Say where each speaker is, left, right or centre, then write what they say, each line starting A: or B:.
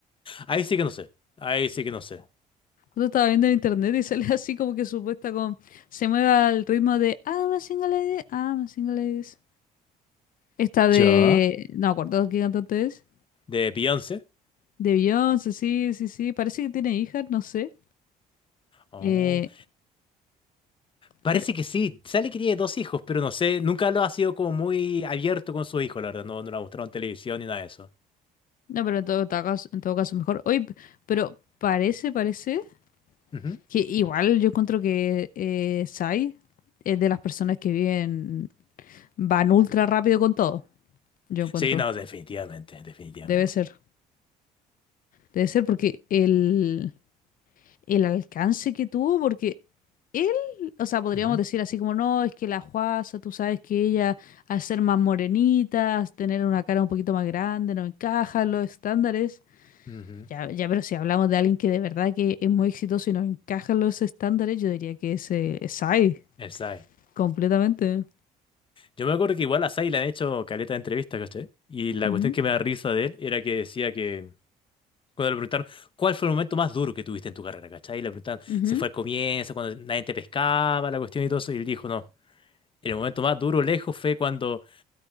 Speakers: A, on the left (about 30°); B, on the left (about 55°).
A: Ahí sí que no sé. Ahí sí que no sé.
B: Yo estaba viendo en internet y <laughs> sale así como que supuesta con... Se mueve al ritmo de I'm a single lady, I'm a single ladies. Esta de...
A: ¿Ya?
B: No me acuerdo qué cantante es.
A: ¿De Beyoncé?
B: De Beyoncé, sí, sí, sí. Parece que tiene hijas, no sé.
A: Oh,
B: Eh,
A: parece
B: pero...
A: que sí. Sale que tiene dos hijos, pero no sé. Nunca lo ha sido como muy abierto con su hijo, la verdad. No, no lo ha mostrado en televisión ni nada de eso.
B: No, pero en todo ta- caso, en todo caso mejor. Oye, p- pero parece, parece...
A: Ujú.
B: Que igual yo encuentro que eh, Sai es de las personas que viven, van ultra rápido con todo. Yo encuentro.
A: Sí, no, definitivamente. Definitivamente.
B: Debe ser. Debe ser porque el, el alcance que tuvo, porque él, o sea, podríamos
A: Ujú,
B: decir así como, no, es que la Juaza, tú sabes que ella, al ser más morenita, al tener una cara un poquito más grande, no encaja en los estándares.
A: ujú.
B: Ya, ya, pero si hablamos de alguien que de verdad que es muy exitoso y no encaja en los estándares, yo diría que es, eh, es Sai,
A: El Psy.
B: completamente.
A: Yo me acuerdo que igual a Sai le han hecho caleta de entrevistas, ¿cachai? Y la
B: Ujú,
A: cuestión que me da risa de él era que decía que Cuando le preguntaron, ¿cuál fue el momento más duro que tuviste en tu carrera, cachai? Y le preguntaron,
B: ujú.
A: ¿se fue al comienzo, cuando nadie te pescaba, la cuestión y todo eso? Y él dijo, no, el momento más duro lejos fue cuando